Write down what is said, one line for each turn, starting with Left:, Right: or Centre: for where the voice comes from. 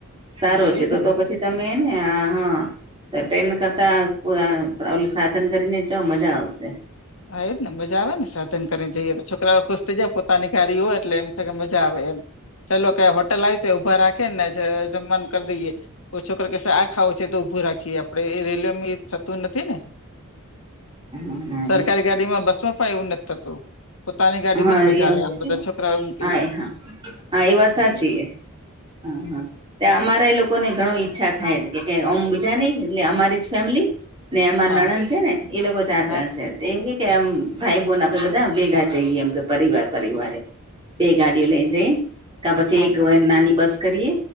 Right: સારો
Left: હા
Right: છે.
Left: એજ
Right: તો
Left: ને
Right: પછી તમે ને આ હા. ત ટ્રેન કરતા ઓ અ ઓલુ સાધન કરીને ચ મજા આવશે.
Left: હા એજ ને મજા આવે ને સાધન કરીને જઈએ છોકરાઓ ખુશ થઇ જાય પોતાની ગાડી હોય એટલે એમ. કે મજા આવે એમ ચાલો કે હોટલ આવી તો ઊભા રાખે ને જ જમવાનું કરી દઈએ. ઓ છોકરો કેશે આ ખાવો છે તો ઊભું રાખીએ આપડે એ રેલવે મી થતું નથી ને.
Right: હ.
Left: સરકારી ગાડીમાં બસમાં પણ એવું નથી થતું. પોતાની ગાડીમાં
Right: હા
Left: જ મજા
Right: એ વાત
Left: આવે આમ બધા છોકરાઓ એમ કે
Right: હા હ હા એ વાત સાચી
Left: એટલે
Right: હે. હા હા. ત્યાં અમારા એ લોકો ને ઘણો ઈચ્છા થાય કે જે ઓમ બીજા નહી એટલે અમારી ફેમિલી. ને અમાર
Left: હા
Right: નણંદ છે ને. એ લોકો ચાર જણ
Left: હા
Right: છે એમ કેકે અમ ભાઈ બોન આપડે બધા ભેગા જઈએ એમ કે. પરિવાર પરિવારે બે ગાડીઓ લઈને જઈ કા પછી
Left: હા
Right: એક નાની બસ. કરીએ